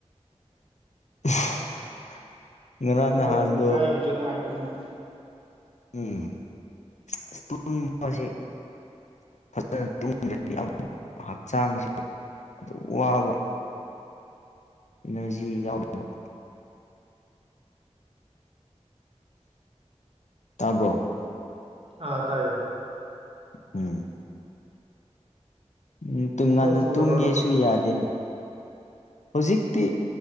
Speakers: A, on the left; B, on the right.
A: <unintelligible>
B: ꯇꯨꯝꯕ
A: ꯅꯍꯥꯟꯗꯣ
B: ꯇꯥꯏꯃꯤꯡ ꯀꯥꯏꯒꯤꯕꯖꯦ ꯅꯨꯡꯉꯥꯏꯇꯕꯅꯦꯕ꯫
A: ꯎꯝ ꯑꯁ ꯇꯨꯝꯕꯁꯦ꯫ ꯐꯖꯅ ꯇꯨꯝꯗ꯭ꯔꯗꯤ ꯌꯥꯝ ꯍꯛꯆꯥꯡꯖꯦ ꯑꯗꯨꯝ ꯋꯥꯕ꯫ ꯏꯅꯔꯖꯤ ꯌꯥꯎꯗꯕ꯫ ꯇꯥꯕ꯭ꯔꯣ꯫
B: ꯑꯥ ꯇꯥꯏꯌꯦ꯫
A: ꯎꯝ ꯎꯝ ꯇꯨꯡꯉꯥꯟꯅ
B: ꯅꯣꯡ ꯆꯨꯗꯕ꯭ꯔꯣ
A: ꯇꯨꯝꯒꯦꯁꯨ
B: ꯑꯗꯣꯝꯗꯗꯤ
A: ꯌꯥꯗꯦꯅꯦ ꯍꯧꯖꯤꯛꯇꯤ